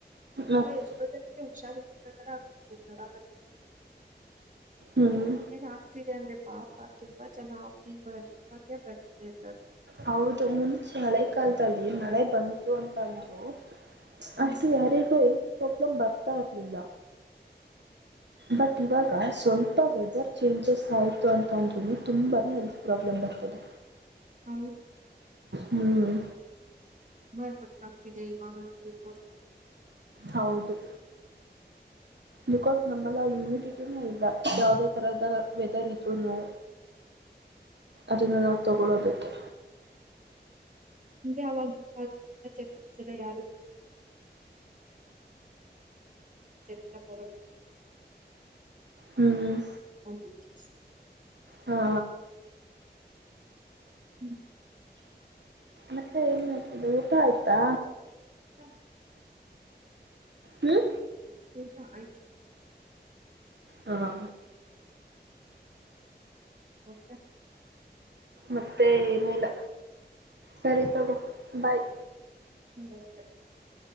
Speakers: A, on the right; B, on the right.
A: ಮತ್ತು
B: ಎಷ್ಟೋ ಜನಕ್ಕೆ ಹುಷಾರರ್ ಜವರ ಬ
A: ಹ್ಞೂ
B: ಏನ್ ಆಗ್ತಿದೆ ಅಂದ್ರೆ ಪಾಪಾ ತುಂಬಾ ಚನ ಫೀವರ್ ಇವಾಗೆ ಬರ್ತ ಎಲ್ಲಗೂ
A: ಹೌದು ಮುಂಚೆ ಹಳೆ ಕಾಲದಲ್ಲಿ ಮಳೆ ಬಂತು ಅಂತ ಅಂದ್ರು
B: ಹ್ಮ್
A: ಅಷ್ಟು ಯಾರಿಗೂ ಇ ಸ್ವಪ್ನಂ ಭರ್ತ ಇರನಿಲ್ಲ ಬಟ್ ಇವಾಗ ಸ್ವಲ್ಪ ವೆದರ್ ಚೇಂಜಸ್ ಆಯ್ತು ಅಂತ ಅಂದ ತುಂಬಾನೇ ಹೆಲ್ತ್ ಪ್ರಾಬ್ಲಮ್ ಬರ್ತದೆ
B: ಹೌದು
A: ಹ್ಮ್
B: ಮ ಪಟ್ಟಟಾಕಕ್ಕೆರೈ ಬಾಗನ ಪ
A: ಹೌದು ಬಿಕಾಸ್ ನಮ್ಮಲ್ಲ ಹ್ಯುಮಿಡಿಟಿನ ಇಲ್ಲ ಯಾವದೇ ತರದ ವೆದರ್ ಇದ್ರುೂನು ಅದನ್ನ ನಾವು ತಗೊೊಳ್ಳುವ ಅದಕ್ಕೆ
B: ಹಿಂಗೇ ಅವಾಗ ಚಲ ಯಾರು ಚರಿ ಬರ
A: ಹ್ಮ್
B: ಹ
A: ಹಾ
B: ಹ್ಮ್
A: ಮಕ್ಕ ಏನ್ ಮಾಡ್ತಿದ್ದ ಊಟ ಆಯ್ತಾ
B: ಹಾ
A: ಹ್ಮ್
B: ಅಂತ ಆಯ್ತು
A: ಹಾ
B: ತ್ತೆ
A: ಮತ್ತೆ ಏನಿಲ್ಲ ಸರಿ ತಗೋ ಬಾಯ್
B: ಹ್ಮ್